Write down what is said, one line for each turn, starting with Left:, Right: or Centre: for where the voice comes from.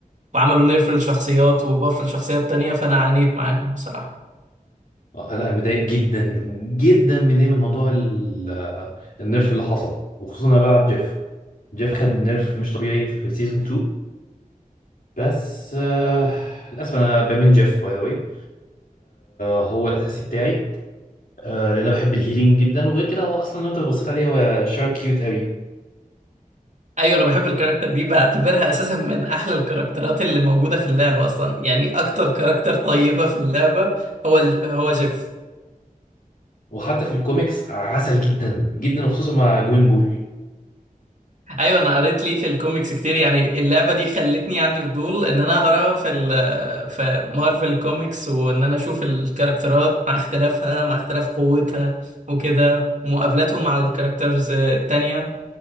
Right: وعملوا نيرف للشخصيات وباف للشخصيات تانية فأنا عانيت معاهم بصراحة
Left: آه، انا أنا متضايق جدا جدا متضايق من موضوع ال- آه، النيرف اللي حصل وخصوصا انا بلعب جيف جيف خد نيرف مش طبيعي في سيزون 2 بس آه، للاسف انا بمين جيف باي ذا واي هو الاساسي بتاعي آه، لان انا بحب الهيلينج جدا وغير كده هو اصلا لو انت بصيت عليه هو شار كيوت قوي
Right: أيوة أنا بحب الكاركتر دي بعتبرها أساسا من أحلى الكاركترات اللي موجودة في اللعبة أصلا يعني أكتر كاركتر طيبة في اللعبة هو هو جيف
Left: وحتى في الكوميكس عسل جدا جدا وخصوصا مع جوين بول
Right: ايوه انا قريت ليه في الكوميكس كتير يعني اللعبه دي خلتني عندي فضول ان انا اقرا في ال في مارفل كوميكس وان انا اشوف الكاركترات مع اختلافها مع اختلاف قوتها وكده ومقابلاتهم مع الكاركترز التانية